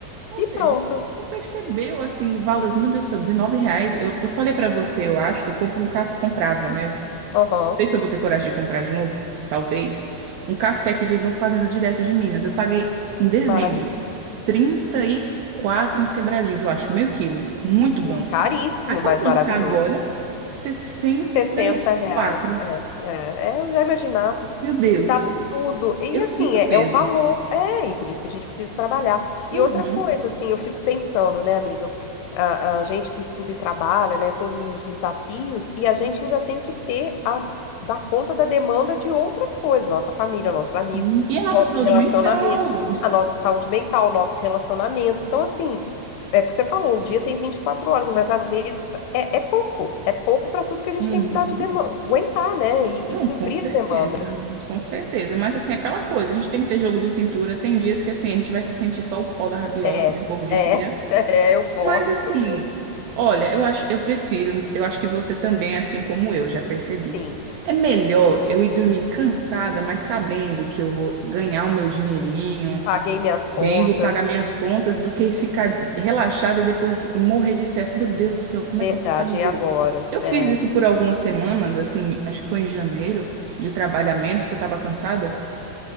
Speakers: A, on the right; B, on the left.
A: Ou
B: E
A: seja,
B: pronto.
A: não percebeu assim o valor. Meu Deus do céu, 19 reais. Eu, eu falei pra você, eu acho que eu compro um café, comprava, né? Não
B: Aham.
A: sei se eu vou ter coragem de comprar de novo, talvez. Um café que vem de uma fazenda direto de Minas. Eu paguei em dezembro
B: Maravilhoso.
A: trinta e quatro e uns quebradinhos, eu acho. Meio quilo. Muito bom.
B: Hum, Caríssimo,
A: Aí sabe
B: mas
A: quanto
B: maravilhoso.
A: tá agora? sessenta
B: 60
A: e
B: reais.
A: quatro
B: É, é, é, eu já imaginava.
A: Meu Deus,
B: Tá tudo. E
A: eu
B: assim,
A: sinto
B: é,
A: peso.
B: é o valor. É, e por isso que a gente precisa trabalhar. E
A: Uhum.
B: outra coisa, assim, eu fico pensando, né, amiga? A, a gente que estuda e trabalha, né, todos esses desafios, e a gente ainda tem que ter a dar conta da demanda de outras coisas, nossa família, nossos amigos,
A: Sim. E a nossa
B: nosso
A: saúde
B: relacionamento,
A: mental?
B: a nossa saúde mental, nosso relacionamento. Então, assim, é o que você falou, o dia tem 24 horas, mas às vezes é, é pouco, é pouco para tudo que a gente
A: Uhum.
B: tem que dar de demanda, aguentar, né, e e
A: Não,
B: cumprir
A: com certeza,
B: as demandas.
A: com certeza. Mas assim, aquela coisa, a gente tem que ter jogo de cintura. Tem dias que assim, a gente vai se sentir só o pau da rabiola,
B: É,
A: que nem o povo dizia.
B: é, <laughs> é o porre,
A: Mas assim,
B: isso mesmo.
A: olha, eu acho, eu prefiro, eu acho que você também, é assim como eu, já percebi.
B: Sim,
A: É melhor eu ir dormir cansada, mas sabendo que eu vou ganhar o meu dinheirinho,
B: paguei minhas contas,
A: bem, vou pagar minhas contas, do que ficar relaxada e depois morrer de estresse. Meu Deus do céu, como
B: verdade,
A: é que eu vou fazer?
B: e agora?
A: Eu fiz
B: É,
A: isso por algumas semanas, assim, acho que foi em janeiro, de trabalho a menos, porque eu estava cansada.